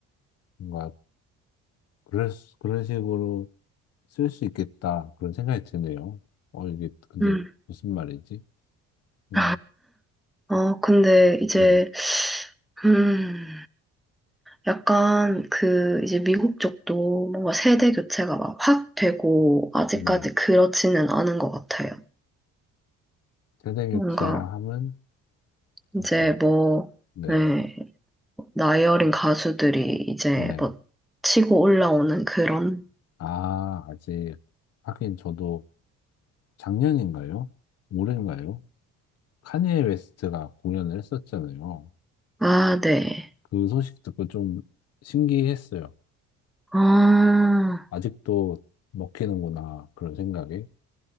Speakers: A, on the left; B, in the centre.
A: 뭔가 그럴, 수- 그런 식으로 쓸 수 있겠다 그런 생각이 드네요. 어, 이게 근데
B: 음.
A: 무슨 말이지?
B: <laughs>
A: 음,
B: 아, 근데 이제,
A: 네,
B: 음, 약간 그 이제 미국 쪽도 뭔가 세대 교체가 막 확 되고 아직까지
A: 네.
B: 그렇지는 않은 것 같아요.
A: 세대
B: 뭔가
A: 교체라 함은
B: 이제
A: 이제
B: 뭐,
A: 네,
B: 네. 나이 어린 가수들이 이제
A: 네.
B: 뭐 치고 올라오는 그런?
A: 아, 아직 하긴 저도 작년인가요? 올해인가요? 카니에 웨스트가 공연을 했었잖아요.
B: 아, 네.
A: 그 소식 듣고 좀 신기했어요.
B: 아,
A: 아직도 먹히는구나. 그런 생각이.